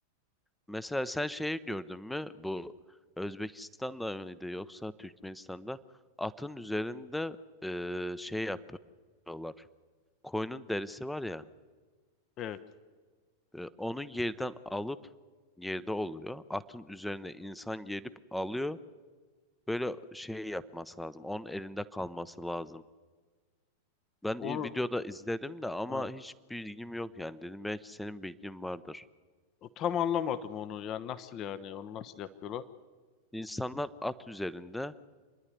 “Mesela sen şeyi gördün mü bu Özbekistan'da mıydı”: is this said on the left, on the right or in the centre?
Centre